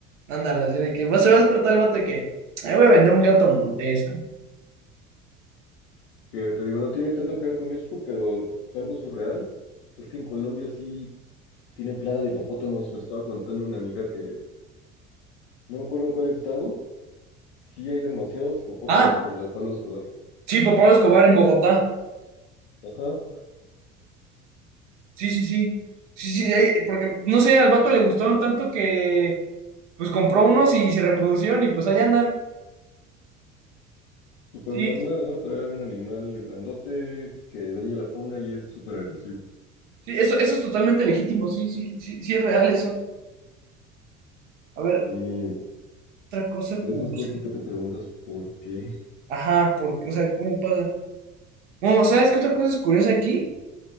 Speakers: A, on the right; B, on the left.
A: Ándala, así de que "Va- se va a despertar el vato de que, ahí voy a vender un gato montés.
B: Que te digo, no tiene tanto que ver con México, pero algo surreal es que en Colombia sí tienen plaga de hipopótamos. Me estaba contando una amiga que no me acuerdo en cuál estado, sí hay demasiados hipopótamos
A: Ah,
B: por lo de Pablo Escobar.
A: Sí, por Pablo Escobar en Bogotá.
B: Ajá.
A: Sí, sí, sí. Sí, sí, ahí- porque no sé, al vato le gustaron tanto que pues compró unos y se reproducieron y pues allá andan.
B: Súper
A: Sí,
B: normal, ¿no? Traer un animal grandote que dañe la fauna y es súper agresivo.
A: sí, eso, eso es totalmente legítimo, sí, sí, sí, sí es real eso. A ver,
B: Y
A: otra cosa
B: esas
A: curiosa.
B: cosas que te preguntas por qué.
A: Ajá, porque, o sea, ¿cómo pasa? Bueno, ¿sabes qué otra cosa es curiosa aquí?